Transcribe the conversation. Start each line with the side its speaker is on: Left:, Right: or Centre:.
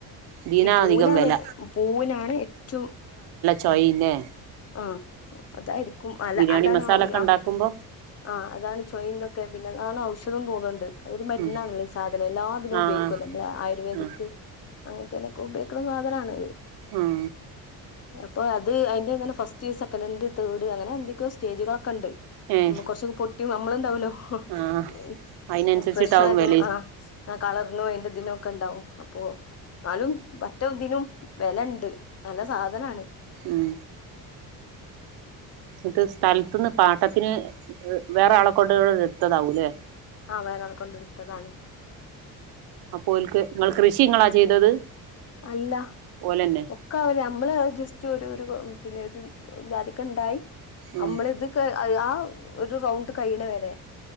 Right: ഇതിനാ
Left: ഈ പൂവിനാണ്
Right: അധികം വില
Left: പൂവിനാണ് ഏറ്റവും
Right: ചൊയിം ലെ
Left: ആ അതായിരിക്കും അല്ല
Right: ബിരിയാണി
Left: അതാണ്
Right: മസാല
Left: <unintelligible>
Right: ഒക്കെ ഉണ്ടാക്കുമ്പോ
Left: ആ അതാണ് ചൊയിം തൊക്കെ പിന്നെ അതാണ് ഔഷധം തോന്നു അത് ഒരു മരുന്നാണല്ലോ
Right: ഉം
Left: ഈ സാധനം എല്ലാതിനും
Right: ആഹ്
Left: ഉപയോഗിക്കുവല്ലോ നമ്മള് ആയുർവേദിക്
Right: ആഹ്
Left: അങ്ങനത്തേനക്കെ ഉപയോഗി ക്കുന്ന സാധനാണ്.
Right: ഉം
Left: അപ്പോ അത് അതിന്റെങ്ങനെ ഫസ്റ്റ് സെക്കനൻഡ് തേർഡ് അങ്ങനെ എന്തൊക്കെയോ സ്റ്റേജുകളൊക്കെണ്ട്.
Right: ഏഹ്
Left: ഉം കൊറച്ചൊക്കെ പൊട്ടിയും നമ്മള്ണ്ടാവല്ലോ <unintelligible>
Right: ആഹ് അയിനനുസരിച്ചിട്ടാവും
Left: ഫ്രഷായതും
Right: വിലയും
Left: ആ ആ കളർനോ അയിന്റെ ദിനോ ഒക്കെ ഉണ്ടാവും അപ്പോ ന്നാലും മറ്റേ ഇതിനും വെലണ്ട് നല്ല സാധനാണ്.
Right: ഉം ഇത് സ്ഥലത്തു നിന്ന് പാട്ടത്തിന് വേറെ ആളെക്കൊണ്ട് ഇ ഇട്ത്തതാവൂലെ.
Left: ആ വേറെ ആൾ കൊണ്ട് ഇട്ത്തതാണ്.
Right: അപ്പോ ഓല്ക്ക് ഇങ്ങൾ കൃഷി ഇങ്ങളാ ചെയ്തത്.
Left: അല്ല
Right: ഓലന്നെ
Left: ഒക്കെ അവര് നമ്മള് ജസ്റ്റ് ഒരു ഒരു പിന്നെ ഒരു ജാതിക്ക ഉണ്ടായി
Right: ഉം
Left: നമ്മള് ഇത് ക ആ ഒരു റൗണ്ട് കഴ്ണേ വരെ